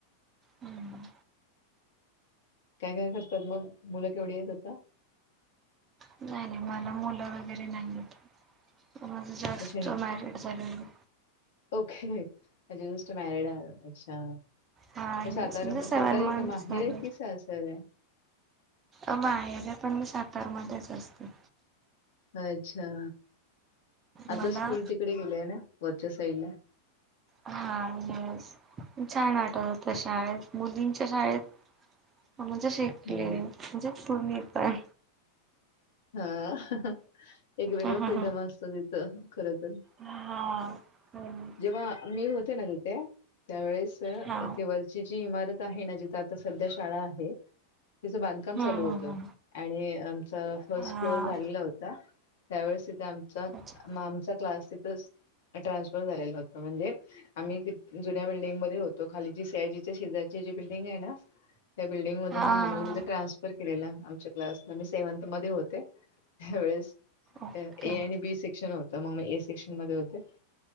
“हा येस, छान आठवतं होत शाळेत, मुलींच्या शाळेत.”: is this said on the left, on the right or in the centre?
Right